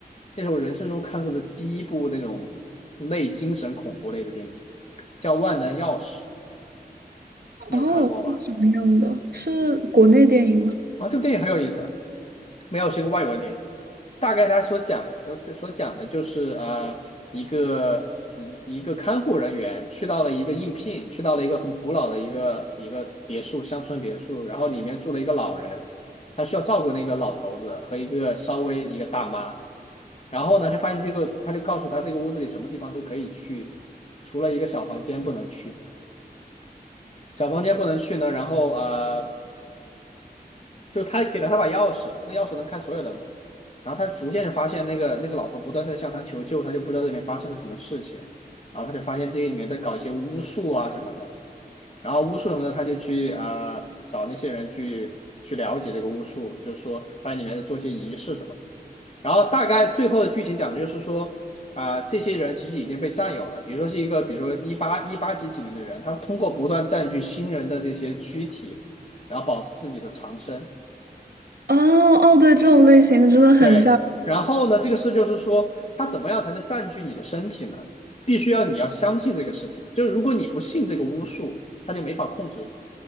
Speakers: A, on the left; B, on the right.
A: 那是我人生中看过的第一部那种类精神恐怖类的电影，叫《万能钥匙》，你有看过吗？
B: 哦，是什么样的？是国内电影吗？
A: 啊，这部电影很有意思。没有是一个外国的电影，大概他所讲所所讲的就是呃一个一一个看护人员去到了一个应聘，去到了一个很古老的一个一个别墅乡村别墅，然后里面住了一个老人，他需要照顾那个老头子和一个稍微一个大妈，然后呢他发现这个他就告诉他这个屋子里什么地方都可以去，除了一个小房间不能去，小房间不能去呢，然后呃。就是他给了他把钥匙，那钥匙能开所有的门。然后他逐渐就发现那个那个老婆不断在向他求救，他就不知道这里面发生了什么事情。然后他就发现这里面在搞一些巫术啊什么的。然后巫术什么的，他就去啊、呃找那些人去去了解这个巫术，就是说发现里面在做一些仪式什么的。然后大概最后的剧情讲的就是说。啊、呃这些人其实已经被占有了。比如说是一个，比如说一八一八几几年的人，他通过不断占据新人的这些躯体，然后保持自己的长生。
B: 哦哦，对，这种类型的真的很像。
A: 对，然后呢，这个事就是说，它怎么样才能占据你的身体呢？必须要你要相信这个事情，就是如果你不信这个巫术，它就没法控制